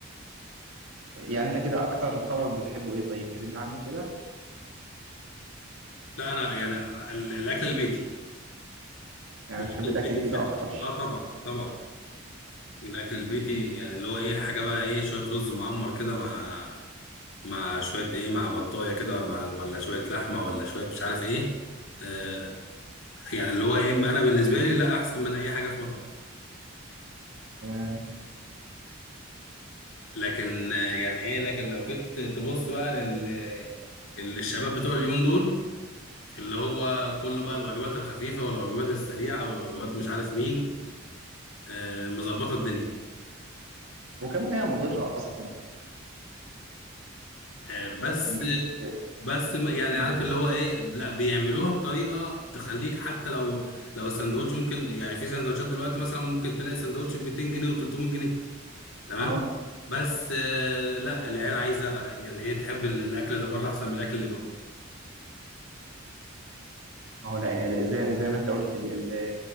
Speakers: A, on the right; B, on the left.
A: يعني انت كده اكتر طبق بتحبه ايه طيب كلمنا عنه كده
B: لا أنا يعني ال- الأكل البيتي
A: يعني
B: الأكل
A: بتحب
B: البيتي
A: الأكل البيت
B: بشكل
A: أكتر
B: اه طبعا طبعا الاكل البيتي يعني اللي هو ايه حاجه بقى ايه شويه رز معمر كده مع مع شويه ايه مع بطايه كده مع ولا شويه لحمه ولا شويه مش عارف ايه آه يعني اللي هو ايه انا بالنسبه لي لا احسن من اي حاجه في مطعم
A: تمام
B: لكن آه، يعني ايه لكن لو جيت تبص بقى لل الشباب بتوع اليومين دول اللي هو كله بقى الوجبات الخفيفه والوجبات السريعه والوجبات مش عارف مين آه مظبطه الدنيا
A: وكمان هي مضرة أصلا
B: آه بس
A: كمية
B: بس ما- يعني
A: مم.
B: عارف اللي هو ايه لا بيعملوها بطريقه تخليك حتى لو لو السندوتش ممكن يعني في سندوتشات دلوقتي مثلا ممكن تلاقي سندوتش ب 200 جنيه و300 جنيه تمام
A: اه
B: بس آه، لا العيال عايزه يعني هي تحب ال- الاكل اللي بره احسن من الاكل اللي جوه
A: ما هو لا زي زي ما انت قلت ال- ال-